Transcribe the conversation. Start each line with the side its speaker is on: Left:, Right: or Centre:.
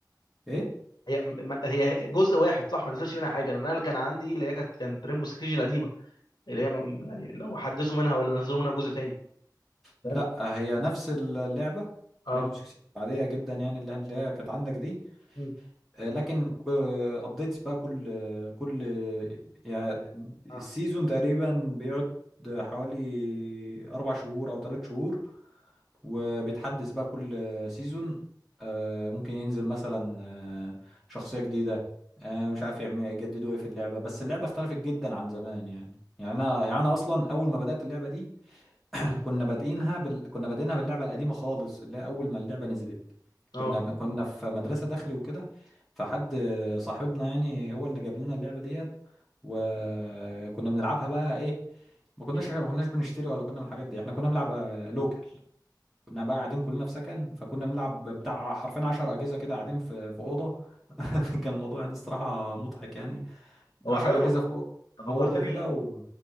Centre: ايه
Left: هي ما هي جزء واحد صح ما نزلش منها حاجه لان انا اللي كان عندي اللي هي كانت كانت ريمبو 6 القديمه اللي هي م- يعني لو حدثوا منها ولا نزلوا منها جزء تاني فاهم
Centre: لا هي نفس اللعبه
Left: اه
Centre: ريمبو 6 سيج عاديه جدا يعني اللي اللي هي كانت عندك دي
Left: مم.
Centre: آه، لكن ابديتس بقى كل آه، كل يعني السيزون
Left: اه
Centre: تقريبا بيقعد حوالي اربع شهور او ثلاث شهور وبيتحدث بقى كل سيزون ممكن ينزل مثلا آه، شخصية جديدة آه، مش عارف يعمل يجددوا ايه في اللعبة بس اللعبة اختلفت جدا عن زمان يعني يعني انا يعني انا اصلا اول ما بدأت اللعبة دي
Left: مم.
Centre: كنا بادئينها بال... كنا بادئينها باللعبه القديمه خالص اللي هي اول ما اللعبه نزلت كنا
Left: اه
Centre: بن... كنا في مدرسه داخلي وكده فحد صاحبنا يعني هو اللي جاب لنا اللعبه ديت وكنا بنلعبها بقى ايه ما كناش
Left: مم.
Centre: ما كناش بنشتري ولا كنا من الحاجات دي احنا كنا بنلعب آه، لوكال كنا بقى قاعدين كلنا في سكن فكنا بنلعب بتاع حرفين 10 اجهزه كده قاعدين في في اوضه <laughs> كان الموضوع يعني الصراحه مضحك يعني
Left: هو
Centre: 10
Left: حلو
Centre: اجهزه
Left: بصراحه
Centre: في أو-
Left: طب
Centre: في اوضه
Left: فكرتني
Centre: كده و